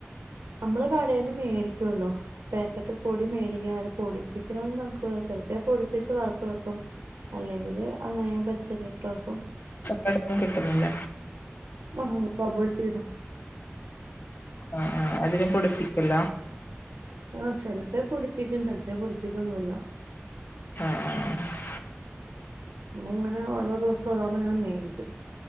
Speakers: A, on the right; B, on the left.
A: നമ്മള് കടേന്ന് മേടിക്കുവല്ലോ. പാക്കറ്റ് പൊടി മേടിക്ക പൊടിപ്പിക്കലോന്നും നടക്കുല ചെലപ്പോ പൊടിപ്പിച്ച് വറുത്ത് വെക്കും അല്ലെങ്കില് അങ്ങനെ പച്ചക്കിട്ട് വെക്കും
B: ഇവിടൊന്നും കിട്ടുന്നില്ല
A: ആഹ് കബഡി ആണ്.
B: ആഹ് ആഹ് അതിനെ പൊടിപ്പിക്കല
A: ആഹ് ചെലപ്പേ പൊടിപ്പിക്കും ചെലപ്പേ പൊടിപ്പിക്കൊന്നുല്ല
B: ആഹ ആഹ് ആഹ്.
A: ഇങ്ങനെ ഓരോ ദിവസം ഓരോന്ന ഇങ്ങനെ മേടിക്കും